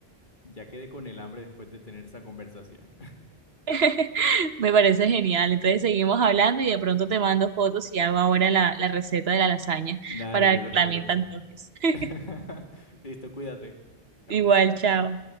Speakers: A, on the left; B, on the right.
A: ya quedé con el hambre después de tener esa conversación.
B: <laughs> Me parece genial. Entonces seguimos hablando y de pronto te mando fotos y hago ahora la, la receta de la lasaña
A: Dale,
B: para
A: yo
B: que
A: lo espero.
B: también te antojes. <laughs>
A: <laughs> Listo, cuídate. Chao.
B: Igual, chao.